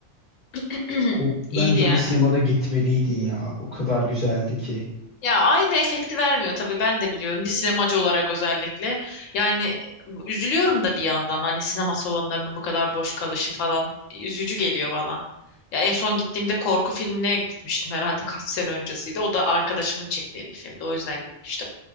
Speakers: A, on the left (about 85°); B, on the left (about 45°).
A: <clears throat>
B: O,
A: İyiydi
B: bence
A: yani.
B: ona sinemada gitmeliydin ya. O kadar güzeldi ki.
A: Ya aynı efekti vermiyor tabii ben de biliyorum bir sinemacı olarak özellikle. Yani üzülüyorum da bir yandan hani sinema salonlarının bu kadar boş kalışı falan üzücü geliyor bana. Ya en son gittiğimde korku filmine gitmiştim herhalde kaç sene öncesiydi. O da arkadaşımın çektiği bir filmdi. O yüzden gitmiştim.